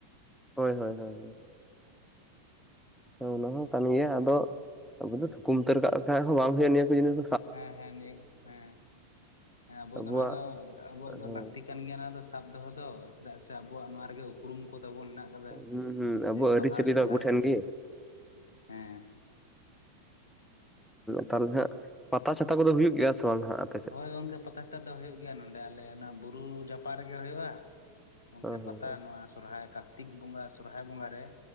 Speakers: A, in the centre; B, on the left (about 70°).
A: ᱦᱳᱭ ᱦᱳᱭ ᱦᱳᱭᱳᱭ᱾ ᱚᱱᱟ ᱦᱚᱸ ᱠᱟᱱ ᱜᱮᱭᱟ ᱟᱫᱚ ᱟᱵᱩ ᱫᱚ ᱥᱩᱠᱩᱢ ᱩᱛᱟᱹᱨ ᱠᱟᱜ ᱠᱷᱟᱱᱡ ᱦᱚᱸ ᱵᱟᱝ ᱦᱩᱭᱩᱜᱼᱟ ᱱᱤᱭᱟᱹ ᱠᱚ ᱡᱤᱱᱤᱥᱼᱼ
B: ᱦᱮᱸ ᱦᱮᱸ ᱱᱤᱭᱟᱹ ᱦᱮᱸ ᱦᱮᱸ ᱟᱵᱩ
A: ᱟᱵᱚᱣᱟᱜ
B: ᱫᱚ ᱚᱱᱟ ᱫᱚ ᱟᱵᱚᱣᱟᱜ
A: ᱦᱮᱸ
B: ᱫᱚ ᱞᱟᱠᱛᱤᱼᱼ ᱠᱟᱱ ᱜᱤᱭᱟ ᱚᱱᱟ ᱫᱚ ᱥᱟᱵ ᱫᱚᱦᱚ ᱫᱚ᱾ ᱪᱮᱫᱟᱜ ᱥᱮ ᱟᱵᱩᱣᱟᱜ ᱱᱚᱣᱟ ᱨᱮ ᱜᱮ ᱩᱯᱨᱩᱢ ᱠᱚ ᱛᱟᱵᱚᱱ ᱢᱮᱱᱟᱜ ᱠᱟᱫᱟ
A: ᱦᱩᱸ ᱦᱩᱸ ᱟᱵᱚᱣᱟᱜ
B: ᱡᱮ ᱵᱟᱦᱟ
A: ᱟᱹᱨᱤᱪᱟᱹᱞᱤ
B: ᱥᱚᱨᱦᱟᱭ,
A: ᱫᱚ ᱟᱵᱚ ᱴᱷᱮᱱ ᱜᱮ
B: ᱦᱮᱸᱻ
A: ᱛᱟᱦᱚᱞᱮ ᱦᱟᱜ ᱯᱟᱛᱟ ᱪᱷᱟᱛᱟ ᱠᱩᱫᱚ ᱦᱩᱭᱩᱜ ᱜᱮᱭᱟ ᱥᱮ ᱵᱟᱝ ᱦᱟᱜ?
B: ᱦᱳᱭ ᱜᱚᱝᱠᱮ ᱯᱟᱛᱟᱥᱟᱴᱟ ᱫᱚ ᱦᱩᱭᱩᱜ ᱜᱮᱭᱟ ᱱᱚᱸᱰᱮ ᱟᱞᱮ ᱚᱱᱟ ᱵᱩᱨᱩ ᱡᱟᱯᱟᱜ ᱨᱮᱜᱮ ᱦᱩᱭᱩᱜᱼᱟ᱾ ᱜᱚᱢᱠᱮ
A: ᱦᱮᱸ ᱦᱮᱸ
B: ᱯᱟᱛᱟ
A: ᱦᱮᱸ
B: ᱱᱚᱣᱟ ᱥᱚᱨᱦᱟᱭ ᱠᱟᱨᱛᱤᱠ ᱵᱚᱸᱜᱟ ᱥᱚᱨᱦᱟᱭ ᱵᱚᱸᱜᱟ ᱨᱮᱼᱼ